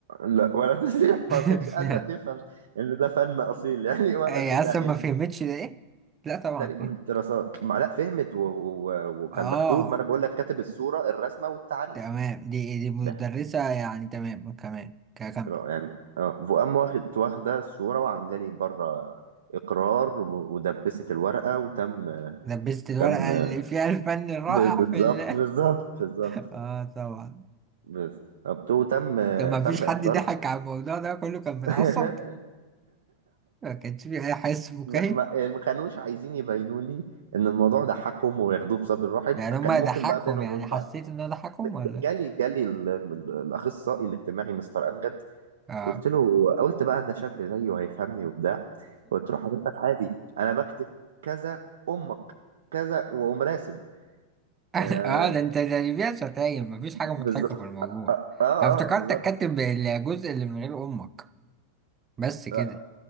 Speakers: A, on the right (about 60°); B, on the right (about 20°).
A: لا ولا <laughs> تسريح
B: <laughs>
A: فما كانتش قادرة تفهم إن ده فن أصيل يعني <laughs> ولا
B: هي
A: إن ده
B: اصلا
A: علم
B: ما فهمتش ده ايه لا طبعا
A: تقريبا
B: فيه
A: دراسات ما لا فهمت و... و... وكان
B: اه
A: مكتوب ما أنا بقول لك كاتب الصورة الرسمة والتعريف
B: تمام دي دي مدرسة
A: ده
B: يعني تمام كمان كمل
A: يعني اه فقام واخد واخدة الصورة وعاملة لي بره إقرار و... ودبست الورقة وتم
B: لبست الورقة
A: تم
B: اللي فيها الفن الرائع
A: بالظبط
B: في ال
A: بالظبط بالظبط
B: <laughs> اه طبعا
A: بالظبط وتم
B: طب ما فيش
A: تم إحضار
B: حد ضحك على الموضوع ده كله كان متعصب
A: <laughs>
B: ما كانش فيه أي حس فكاهي
A: ما ما آه، ما كانوش عايزين يبينوا لي ان الموضوع ضحكهم وياخدوه بصدر رحب
B: يعني هما
A: كان ممكن
B: ضحكهم
A: بقى بينهم
B: يعني
A: وبين
B: حسيت
A: بعض
B: إن هو ضحكهم
A: ب-
B: ولا
A: جالي جالي ال- ال- الاخصائي الاجتماعي مستر امجد
B: اه
A: قلت له قلت بقى ده شاب زيي وهيفهمني وبتاع قلت له حضرتك عادي انا بكتب كذا امك كذا واقوم راسم
B: <laughs>
A: آه
B: اه ده انت ده اللي فيها شتايم مفيش حاجة مضحكة
A: بالظبط
B: في الموضوع
A: اه
B: أنا افتكرتك
A: اه بالظبط
B: كاتب الجزء اللي من غير أمك بس كده
A: آه،